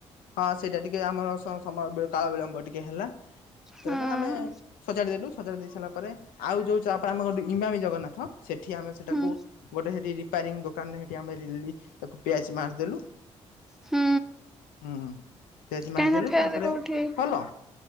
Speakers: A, on the left (about 70°); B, in the centre.
A: ହଁ ସେଇଟା ଟିକେ ଆମର ସମ ସମୟ କାଳ ବିଳମ୍ବ ଟିକେ ହେଲା।
B: ହଁ
A: ତାପରେ ଆମେ ସଜାଡ଼ି ଦେଲୁ ସଜାଡ଼ି ଦେଇ ସାରିଲା ପରେ ଆଉ ଯେଉଁ ଚା ପା ଆମ ଇବାମୀ ଜଗନ୍ନାଥ। ସେଠି ଆମେ ସେଟାକୁ
B: ହୁଁ
A: ଗୋଟେ ସେଠି ରିପାରିଂ ଦୋକାନରେ ସେଠି ଆମେ ତାକୁ ପିଆଜ୍‌ ମାରିଦେଲୁ।
B: ହୁଁ।
A: ହୁଁ ହୁଁ ପିଆଜ୍‌
B: କାହିଁକିନା
A: ମାରିଦେଲୁ
B: ଫେରେ
A: ତାପରେ
B: କୋଉଠି
A: ଭଲ